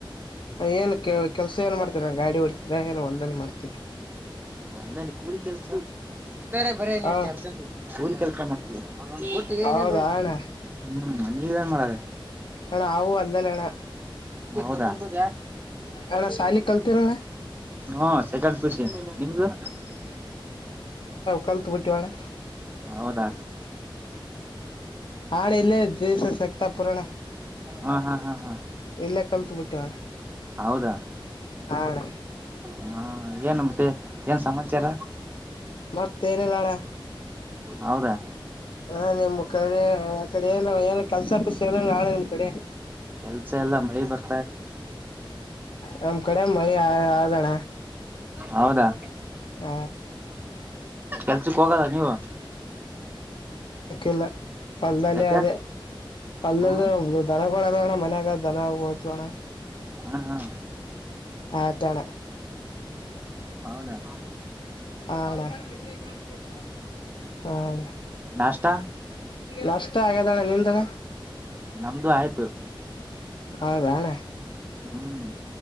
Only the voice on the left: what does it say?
ಏನ್ ಕೆ ಕೆಲ್ಸ ಏನ್ ಮಾಡ್ತೀರಾ ಗಾಡಿ ಹೊಡ್ತೀರಾ ಏನ್ ಹೊಲಲ್ದಲ್ಲಿ ಮಾಡ್ತೀರಾ
ಹ
ಹೌದಾ ಅಣ್ಣ
ಹಣ ಆವು ಅಲ್ಲಲ್ಲಣ್ಣ
ಅಣ್ಣ ಸಾಲಿ ಕಲ್ತರಣ್ಣ
ಕಲ್ ತು ಬಿಟ್ಟಿ ಒಳೆ
ಅಣ್ಣ ಇಲ್ಲೇ ಜೆ ಎಸ್ ಎಸ್ ಸಕ್ತಾಪುರ ಅಣ್ಣ
ಇಲ್ಲೇ ಕಲ್ತ್ ಬಿಟ್ಟಿವಣ್ಣ
ಹಾ ಅಣ್ಣ
ಮತ್ತೇಏನೆಲ್ಲಣ್ಣ
ಹಾ ನಿಮ್ ಕಡೆ ಆ ಕಡೆ ಏನು ಏನ ಕೆಲ್ಸ ಪಸ ಏನ ನಾಳೆ ನಿಮ್ ಕಡೆ
ನಮ್ ಕಡೆ ಮಳಿ ಆದಣ
ಹ
ಇಲ್ಲ ಹೊಲದಲ್ಲಿ
ಅದೇ ಹೊಲದಲ್ಲಿ
ಮನ್ಯಾಗ ದನ ಹೋತಿವಣ್ಣ
ಆತಣ
ಆ ಅಣ್ಣ <unintelligible> ಹಾ ಅಣ್ಣ
ನಷ್ಟ ಆಗದಣ್ಣ ನಿಂತಣ
ಹಾದ ಅಣ್ಣ